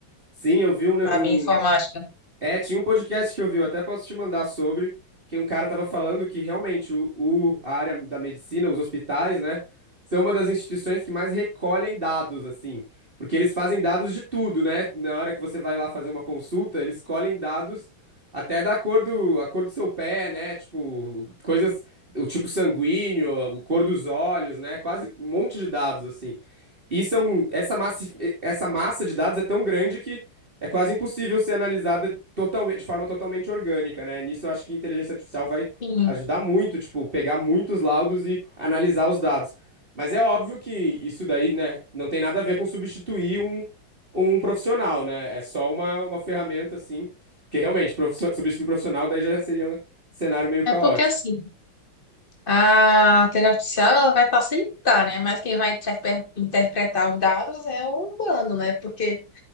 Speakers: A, on the right; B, on the left.
A: sim, eu vi um,
B: a bioinformática.
A: É, tinha um podcast que eu vi, eu até posso te mandar sobre, que um cara tava falando que realmente o, o- a área da medicina, os hospitais, né, são uma das instituições que mais recolhem dados, assim, porque eles fazem dados de tudo, né? Na hora que você vai lá fazer uma consulta, eles colhem dados até da cor do, a cor do seu pé, né? Tipo, coisas, o tipo sanguíneo, a cor dos olhos, né? Quase um monte de dados, assim. E são, essa massa, essa massa de dados é tão grande que é quase impossível ser analisada totalmente, de forma totalmente orgânica, né? Nisso eu acho que a inteligência artificial vai
B: Sim.
A: ajudar muito, tipo, pegar muitos laudos e analisar os dados. Mas é óbvio que isso daí, né, não tem nada a ver com substituir um, um profissional, né? É só uma, uma ferramenta, assim. Porque realmente, profisso- substituir profissional daí já seria um cenário meio caótico.
B: É porque assim. A inteligência artificial ela vai facilitar, né? Mas quem vai interpre- interpretar os dados é o humano, né? Porque